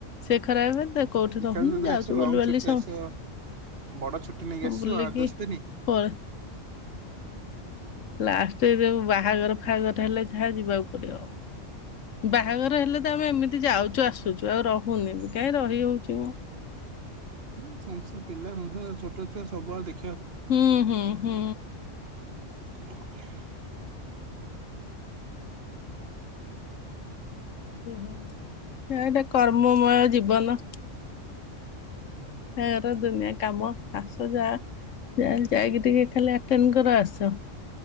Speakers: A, on the left; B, on the right.
A: ସିଏ ଖରାପ ଭାବିଥୁବ କୋଉଠି
B: ଏକାବେଳେ
A: ରହୁନୁ
B: ଯେତେବେଳେ
A: ଯାଉଚୁ
B: ଆସିବ ଲଙ୍ଗ
A: ବୁଲିବାଲି
B: ଛୁଟିରେ
A: ସମସ୍ତ
B: ଆସିବ ବଡ ଛୁଟି ନେଇକି ଆସିବ
A: ବୁଲିକି
B: ଆଠ ଦଶ ଦିନି।
A: ପରେ ଲାଷ୍ଟରେ ଯୋଉ ବାହାଘର ଫାହାଘର ହେଲେ ଯାହା ଯିବାକୁ ପଡିବ ଆଉ। ବାହାଘର ହେଲେ ତ ଆମେ ଏମିତି ଯାଉଛୁ ଆସୁଛୁ ଆଉ ରହୁନି କାହିଁ ରହି ହୋଉଚି ମ
B: ହଁ ସମସ୍ତେ ପିଲା ସଂସାର ଛୋଟ ଛୁଆ ସବୁଆଡେ ଦେଖିବା
A: ହୁଁ ହୁଁ ହୁଁ।
B: <unintelligible>
A: ହଁ ଏଇଟା କର୍ମମୟ ଜୀବନ। ତାର ଦୁନିଆ କାମ ଆସ ଯା ଯହାହେଲେ ଯାଇକି ଟିକେ ଖାଲି ଆଟେନ୍ କର ଆସ।